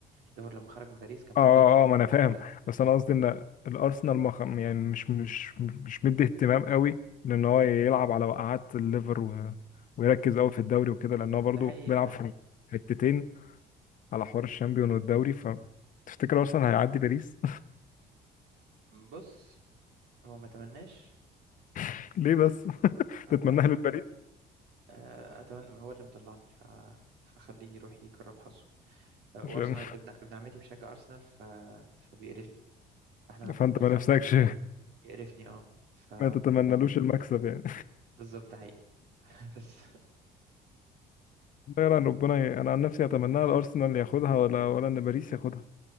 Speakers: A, on the right (about 85°); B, on the left (about 50°).
A: يعني الليفر لما خرج من باريس كان فرق
B: اه
A: 13 نقطة
B: اه ما انا فاهم
A: فأنت
B: بس انا قصدي ان الارسنال مخ... يعني مش مش مش مدي اهتمام قوي لان هو يلعب على وقعات الليفر و... ويركز قوي في الدوري وكده لان هو برضه
A: ده حقيقي
B: بيلعب
A: اه
B: في حتتين
A: حقيقي
B: على حوار الشامبيون والدوري ف تفتكر ارسنال هيعدي باريس
A: بص هو ما تمناش
B: <laughs> ليه بس
A: هو
B: تتمناها للباريس
A: آه، اتمنى هو اللي مطلعني ف... فخليه يروح يجرب حظه آه،
B: عشان
A: وارسنال ابن ابن عمتي بيشجع ارسنال ف... فبيقرفني احنا لما
B: <laughs> فانت
A: بنخسر
B: ما نفسكش
A: بي- بيقرفني اه ف
B: ما تتمنالوش المكسب يعني
A: بالظبط ده حقيقي <laughs> بس
B: غير ان ربنا ي... انا عن نفسي اتمناها الارسنال ياخدها ولا ولا ان باريس ياخدها